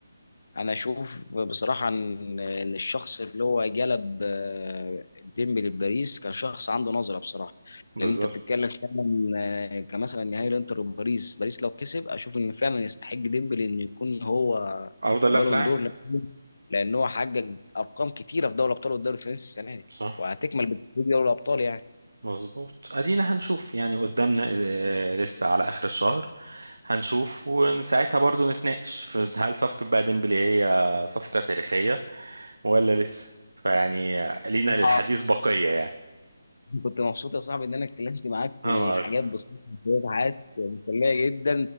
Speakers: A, on the left (about 65°); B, on the right (about 85°).
A: انا اشوف بصراحه ان ان الشخص اللي هو جلب آه، ديمبلي لباريس كان شخص عنده نظره بصراحه
B: بالظبط
A: لان انت بتتكلم فعلا آه، كمثلا نهائي الانتر وباريس باريس لو كسب اشوف ان فعلا يستحق ديمبلي ان يكون هو
B: افضل
A: بالون
B: لاعب في العالم
A: دور لأن- لان هو حقق ارقام كتيره في دوري الابطال والدوري الفرنسي السنه دي
B: صح
A: وهتكمل بتتويج دوري الابطال
B: مظبوط ادينا هنشوف يعني قدامنا آه، لسه على اخر الشهر هنشوف وساعتها برضو نتناقش في هل صفقة بقى ديمبلي هي صفقة تاريخية ولا لسه فيعني لينا
A: يعني
B: للحديث بقية يعني
A: كنت مبسوط يا صاحبي ان انا اتكلمت معاك في
B: انا
A: الحاجات
B: اكتر
A: بسيطه شويه حاجات مسليه جدا